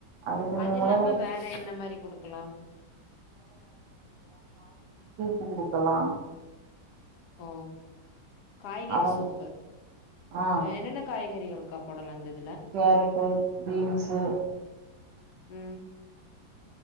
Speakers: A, on the right; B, on the left.
A: அதுக்கு நீ
B: அது இல்லாம
A: முடவ
B: வேற என்ன மாரி குடுக்கலா
A: த்து குடுக்கலா
B: ஓ காய்கறி
A: அதெல்லா
B: சூப்பு
A: ஆ
B: என்னென்ன காய்கறிகள் இருக்கப்படலந்தது <unintelligible>
A: கேரட்டு பீன்ஸு
B: உம்